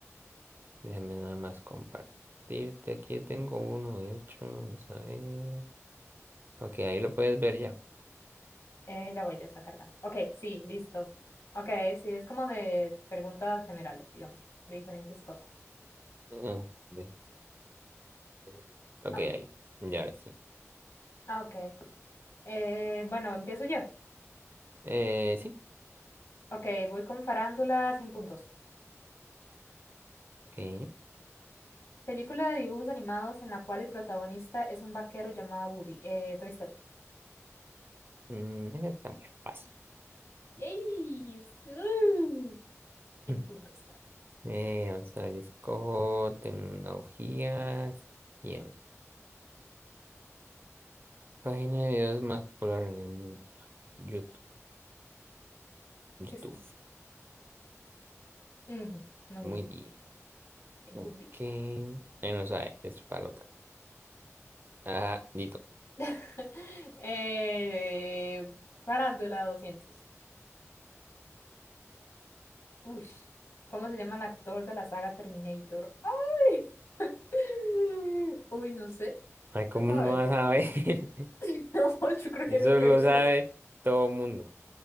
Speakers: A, on the right; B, on the left.
A: Déjame nada más compartirte. Aquí yo tengo uno, de hecho. Vamos a ver. Ok, ahí lo puedes ver ya.
B: Eh, ya voy, ya está cargando. Ok, sí, listo. Ok, sí, es como de preguntas generales, digamos, de diferentes cosas.
A: Ah, de- de- Ok,
B: Ah,
A: ahí. Ya ahora sí.
B: ah, ok. Eh, bueno, empiezo yo.
A: Eh, sí.
B: Ok, voy con Farándula sin puntos.
A: Ok.
B: Película de dibujos animados en la cual el protagonista es un vaquero llamado Woody. Eh, Toy Story.
A: Mm, esa está muy fácil.
B: ¡Yay! ¡Uh!
A: <laughs>
B: En puntos, vale.
A: Eh, vamos a ver, yo escojo tecnologías. Bien. Página de videos más popular en el mundo. YouTube. YouTube.
B: Pues sí. Ujú, Muy
A: Muy
B: bien,
A: bien.
B: en
A: Ok.
B: puntico.
A: Bueno, sabe, es para el otro. Ah, listo.
B: <laughs> Eh, Farándula 200. Uy, ¿cómo se llama el actor de la saga Terminator? ¡Ay! <laughs> Uy, no sé.
A: Ay, ¿cómo
B: ¿Tú sabes?
A: no vas a ver? <laughs>
B: <laughs> No, yo creo
A: Eso
B: que nunca
A: lo
B: he visto
A: sabe
B: las...
A: todo el mundo.